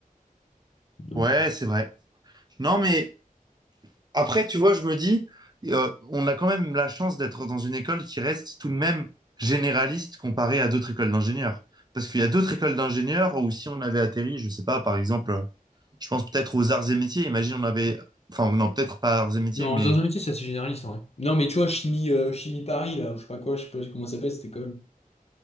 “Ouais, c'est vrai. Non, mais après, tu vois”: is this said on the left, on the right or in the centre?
Right